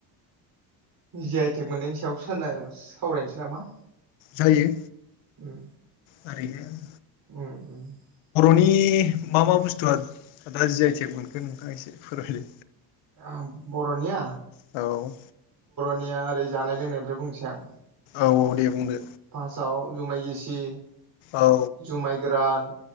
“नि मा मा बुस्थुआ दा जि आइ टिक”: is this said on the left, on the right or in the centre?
Left